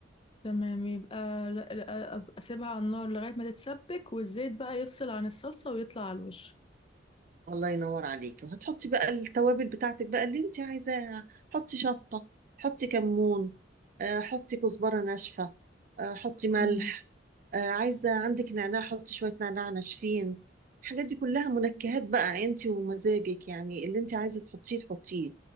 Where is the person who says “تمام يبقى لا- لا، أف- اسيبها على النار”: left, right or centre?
Left